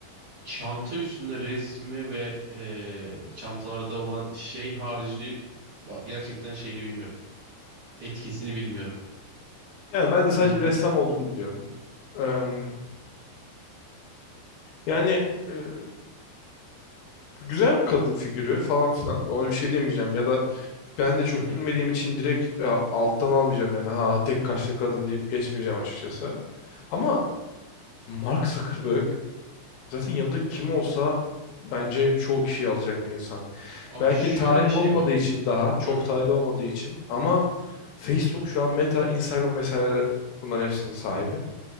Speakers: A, on the right (about 55°); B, on the left (about 80°).
A: Çanta üstünde resmi ve eee, çantalarda olan şey harici va- gerçekten şeyini bilmiyorum. Etkisini bilmiyorum.
B: Yani ben de sadece
A: Şimdi
B: bir
A: bu-
B: ressam olduğunu biliyorum. Eee, yani e, güzel bir kadın figürü falan filan. Ona bir şey demeyeceğim ya da ben de çok
A: Hı hı.
B: bilmediğim için direkt e, alttan almayacağım yani ha tek kaşlı kadın deyip geçmeyeceğim açıkçası. Ama Mark Zuckerberg zaten yanında kim olsa bence çoğu kişiyi alacak bir insan.
A: Abi
B: Belki
A: şöyle
B: tarih
A: bir şey
B: olmadığı
A: var.
B: için daha, çok
A: Hı hı.
B: tarih olmadığı için ama Facebook şu an Meta, Instagram vesaire bunların hepsinin sahibi.